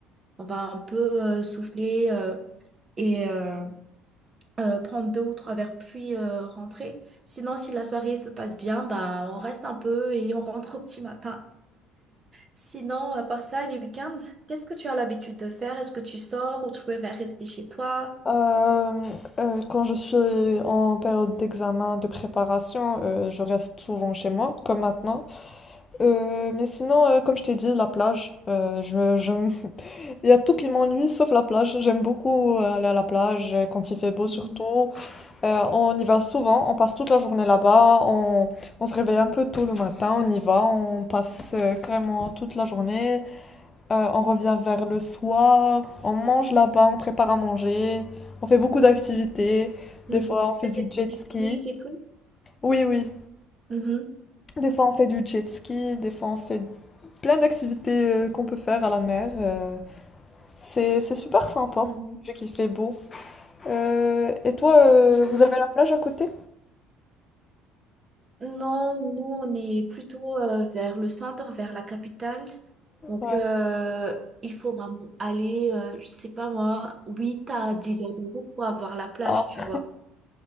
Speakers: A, on the right; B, on the left.
A: On va un peu euh, souffler euh, et euh, euh, prendre deux ou trois verres puis euh, rentrer. Sinon, si la soirée se passe bien, bah on reste un peu et on rentre au petit matin. Sinon, à part ça, les week-ends, qu'est-ce que tu as l'habitude de faire? Est-ce que tu sors ou tu préfères rester chez toi?
B: Euh, euh, quand je suis en période d'examen, de préparation, euh, je reste souvent chez moi, comme maintenant. Euh, mais sinon, euh, comme je t'ai dit, la plage. euh, je, je- <laughs> Il y a tout qui m'ennuie sauf la plage. J'aime beaucoup euh, aller à la plage euh, quand il fait beau
A: Mhm.
B: surtout. Euh, on y va souvent, on passe toute la journée là-bas. On, on se réveille un peu tôt le matin, on y va, on passe euh, carrément toute la journée. Euh, on revient vers le soir, on mange là-bas, on prépare à manger. On fait beaucoup d'activités. Des
A: Mhm.
B: fois,
A: Faire
B: on fait du
A: Des petits
B: jet
A: pique-niques
B: ski.
A: et tout.
B: Oui, oui.
A: Mhm.
B: Des fois, on fait du jet ski, des fois, on fait plein d'activités euh, qu'on peut faire à la mer. euh, c'est, c'est super sympa,
A: Mhm.
B: vu qu'il fait beau. Euh, et toi, euh,
A: Oui.
B: vous avez la plage à côté?
A: Non, nous, on est plutôt euh, vers le centre, vers la capitale.
B: Ouais.
A: Donc, euh, il faut vraiment aller, euh, je sais pas moi, 8 à 10 heures de route pour avoir la plage,
B: Ah,
A: tu vois.